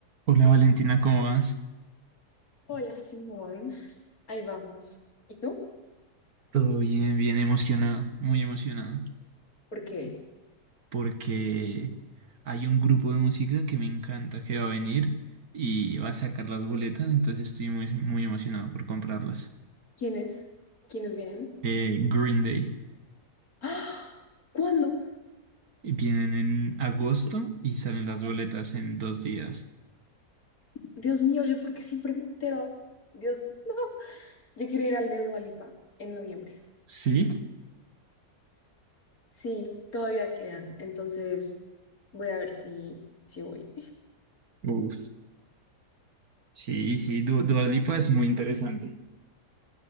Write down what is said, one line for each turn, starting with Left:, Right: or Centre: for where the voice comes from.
Right: Hola Valentina, ¿cómo vas?
Left: Hola Simón, ahí vamos. ¿Y tú?
Right: Todo bien, bien emocionado, muy emocionado,
Left: ¿Por qué?
Right: porque hay un grupo de música que me encanta que va a venir y va a sacar las boletas, entonces estoy muy, muy emocionado por comprarlas.
Left: ¿Quiénes? ¿Quiénes vienen?
Right: Eh, Green Day.
Left: <gasps> ¡Ah! ¿Cuándo?
Right: Y Vienen en agosto y salen las boletas en dos días.
Left: Dios mío, yo porque siempre me entero. Dios, no. Yo quiero ir al de Dua Lipa en noviembre.
Right: ¿Sí?
Left: Sí, todavía quedan. Entonces voy a ver si, si voy.
Right: Uf. Sí, sí, Du Dua Lipa es muy interesante.